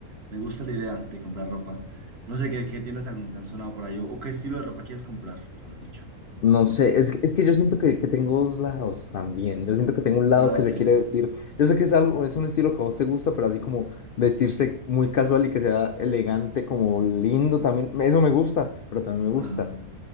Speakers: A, on the right (about 45°); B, on the left (about 80°).
A: me gusta la idea de comprar ropa. No sé qué, qué tiendas tan- te han sonado por ahí o, o qué estilo de ropa quieres comprar, mejor dicho.
B: No sé, es, que- es que yo siento que, que tengo dos lados también, yo siento que tengo un lado
A: ¿Qué lados
B: que se
A: tienes?
B: quiere vestir, yo sé que es algo, es un estilo que a vos te gusta, pero así como vestirse muy casual y que sea elegante, como lindo también, eso me gusta, pero también me gusta
A: Ajá.